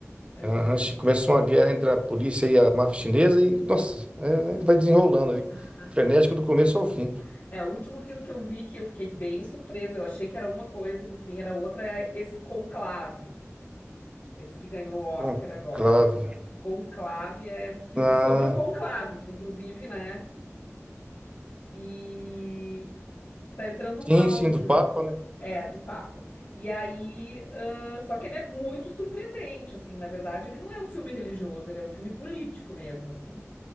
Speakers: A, on the left; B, on the right.
A: Aham.
B: a- começou uma guerra entre a polícia e a máfia chinesa e, nossa, é, é, vai desenrolando ali.
A: <laughs>
B: Frenético do começo ao fim.
A: É, o último filme que eu vi que eu fiquei bem surpresa. Eu achei que era uma coisa e no fim era outra. É esse Conclave, esse que ganhou o Oscar
B: Conclave.
A: agora. Conclave é um filme
B: Ah,
A: sobre o conclave, que inclusive, né? E tá entrando
B: sim,
A: um áudio
B: sim, do Papa,
A: aí.
B: né?
A: É, do Papa. E aí, ãh, só que ele é muito surpreendente, assim. Na verdade, ele não é um filme religioso, ele é um filme político mesmo, assim.